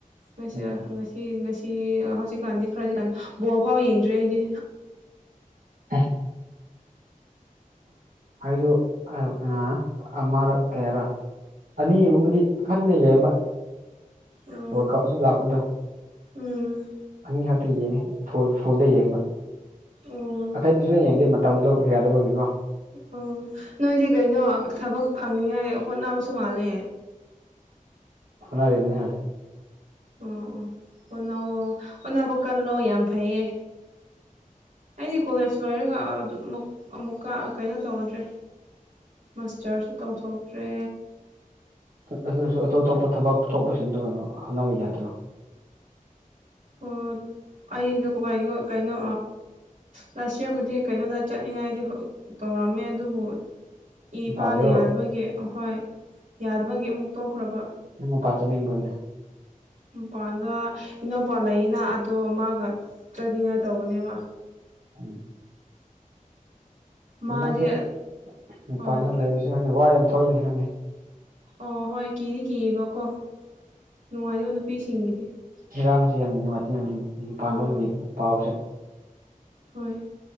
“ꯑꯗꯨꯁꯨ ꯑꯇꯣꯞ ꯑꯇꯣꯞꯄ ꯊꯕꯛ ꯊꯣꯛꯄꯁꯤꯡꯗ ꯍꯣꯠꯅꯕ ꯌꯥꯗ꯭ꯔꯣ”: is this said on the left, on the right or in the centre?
Right